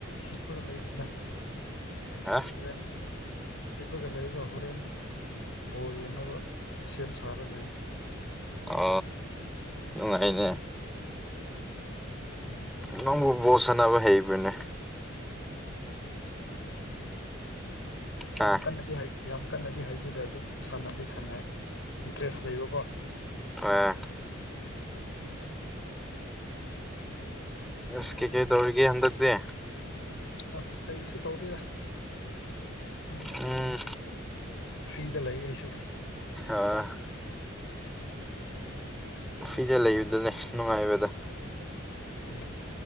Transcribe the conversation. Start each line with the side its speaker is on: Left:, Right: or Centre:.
Left: ꯍꯤꯠꯄꯒ ꯂꯩꯕꯗ
Centre: ꯍꯥ
Left: ꯍꯣꯔꯦꯟ ꯍꯤꯞꯄꯒ ꯂꯩꯕ ꯍꯣꯔꯦꯟ ꯕꯣꯜ ꯌꯦꯡꯅꯕ ꯁꯦꯝ ꯁꯥꯔ ꯂꯩ
Centre: ꯑ ꯅꯨꯡꯉꯥꯏꯅꯦꯦ
Left: ꯎꯝ
Centre: ꯅꯪꯕꯨ ꯣꯁꯅꯕ ꯍꯩꯕꯤꯅꯦ ꯑꯥ
Left: ꯌꯥꯝꯝꯀꯥꯟ ꯅꯗꯤ ꯍꯥꯏ ꯌꯥꯝ ꯑꯀꯟꯟꯅꯗꯤ ꯍꯩꯗꯤꯗ ꯑꯗꯨꯝ ꯁꯥꯟꯅ ꯂꯩ ꯁꯥꯟꯅꯩ ꯏꯟꯇꯔꯦꯁ ꯂꯩꯕꯀꯣ
Centre: ꯑ ꯑꯁ ꯀꯩꯀꯩ ꯇꯧꯔꯤꯒꯦ ꯍꯟꯗꯛꯇꯤ
Left: ꯑꯁ ꯀꯩꯁꯨ ꯇꯧꯗꯦꯗ ꯁꯨꯝ
Centre: ꯎꯝ
Left: ꯐ꯭ꯔꯤꯗ ꯂꯩ ꯑꯩꯁꯨ
Centre: ꯑ ꯐꯤꯗ ꯂꯩꯕꯗꯨꯅꯦ ꯅꯨꯡꯉꯥꯏꯕꯗ
Left: ꯎꯝ